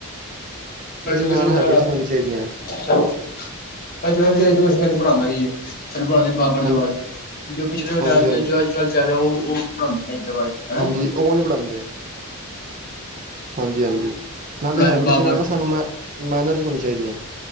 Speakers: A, on the left (about 40°); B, on the right (about 35°).
A: ਐਜੂਕੇਸ਼ਨ
B: ਨਾਲ ਹੈਬਿਟਸ ਵੀ ਹੋਣੀ ਚਾਹੀਦੀਆਂ
A: <unintelligible> ਅੱਜ ਕੱਲ ਦੀ ਐਜੂਕੇਸ਼ਨ <unintelligible> ਵਿਚ ਪੜ੍ਹਾਂਦਾ ਈ ਏ ਸਾਨੂੰ ਪੜ੍ਹਾਂਦੇ ਬਾਬਰ ਦੇ
B: ਹਨ
A: ਬਾਰੇ ਜੋ ਪਿਛਲੇ
B: ਹਾਂਜੀ
A: ਟਾਈਮ ਚ
B: ਹਾਂਜੀ
A: ਜੋ ਅੱਜ ਕੱਲ ਚਲੋ ਓ ਉਹ ਨੀ ਪੜਾਂਦੇ <unintelligible>
B: ਹਾਂਜੀ ਓ ਨੀ ਪੜਾਂਦੇ। ਹਾਂਜੀ, ਹਾਂਜੀ ਨਾਲੇ
A: ਪੜ੍ਹਾਏ
B: ਹੈਬਿਟਸ
A: ਬਾਬਰ
B: ਦੇ ਨਾਲ ਨਾ ਸਾਨੂੰ ਮੈਂ ਮੈਨਰਜ ਵੀ ਹੋਣੀ ਚਾਈਦੀ ਐ।